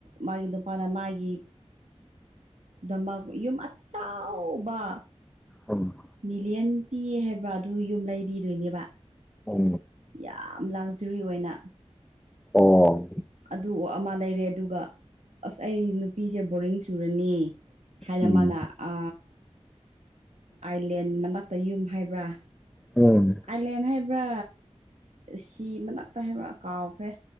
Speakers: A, on the right (about 80°); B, in the centre.
A: ꯃꯥꯒꯤ ꯅꯨꯄꯥꯅ ꯃꯥꯒꯤ ꯗꯃꯛ ꯌꯨꯝ ꯑꯆꯥꯎꯕ
B: ꯎꯝ
A: ꯃꯤꯂꯤꯌꯟ ꯄꯤꯌꯦ ꯍꯥꯏꯕ꯭ꯔꯥ ꯑꯗꯨ ꯌꯨꯝ ꯂꯩꯕꯤꯗꯣꯏꯅꯦꯕ
B: ꯎ
A: ꯌꯥꯝ ꯂꯥꯛꯖꯔꯤ ꯑꯣꯏꯅ
B: ꯑꯣ
A: ꯑꯗꯨ ꯑꯃ ꯂꯩꯔꯦ ꯑꯗꯨꯒ ꯑꯁ ꯑꯩ ꯅꯨꯄꯤꯁꯦ ꯕꯣꯔꯤꯡ ꯁꯨꯔꯅꯤ ꯍꯥꯏꯅ
B: ꯎꯝ
A: ꯃꯥꯅ ꯑ ꯑꯥꯏꯂꯦꯟ ꯃꯅꯥꯛꯇ ꯌꯨꯝ ꯍꯥꯏꯕ꯭ꯔꯥ
B: ꯎꯝ
A: ꯑꯥꯏꯂꯦꯟ ꯍꯥꯏꯕ꯭ꯔꯥ ꯁꯤ ꯃꯅꯥꯛꯇ ꯍꯥꯏꯕ꯭ꯔꯥ ꯀꯥꯎꯈ꯭ꯔꯦ